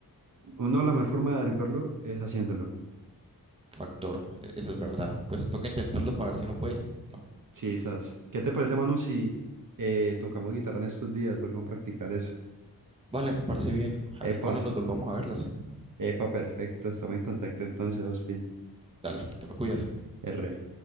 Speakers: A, on the right (about 60°); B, on the right (about 15°).
A: uno, la mejor forma de averiguarlo es haciéndolo.
B: Factor, e- eso es verdad. Pues toca intentarlo para ver si uno puede, ¿no?
A: Sí, ¿sabes? ¿Qué te parece, mano, si eh, tocamos guitarra en estos días? Volvemos a practicar eso.
B: Vale, me parece bien. Ahí
A: Epa,
B: cuando nos volvamos a ver lo hacemos.
A: epa, perfecto. Estamos en contacto entonces, Hospi.
B: Dale, te me cuidas.
A: R.